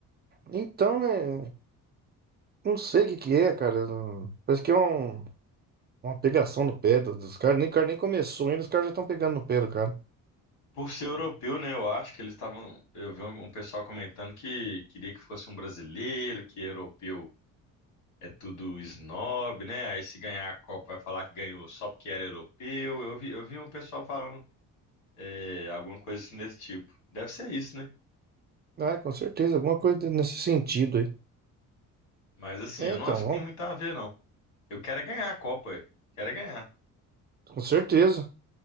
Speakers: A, on the right (about 30°); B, on the left (about 70°).
A: Então, né? Não sei o que que é, cara. Não- Parece que é um- uma pegação no pé do- dos caras. Nem, o cara nem começou ainda, os caras já estão pegando no pé do cara.
B: Por ser europeu, né? Eu acho que eles estavam. Eu vi um um pessoal comentando que queria que fosse um brasileiro, que europeu é tudo snob, né? Aí se ganhar a Copa vai falar que ganhou só porque era europeu. Eu vi, eu vi um pessoal falando é, alguma coisa assim desse tipo. Deve ser isso, né?
A: É, com certeza, alguma coisa nesse sentido aí.
B: Mas assim,
A: É,
B: eu
A: então,
B: não acho
A: vamos,
B: que tem muito a ver, não. Eu quero é ganhar a Copa, eu quero é ganhar.
A: com certeza.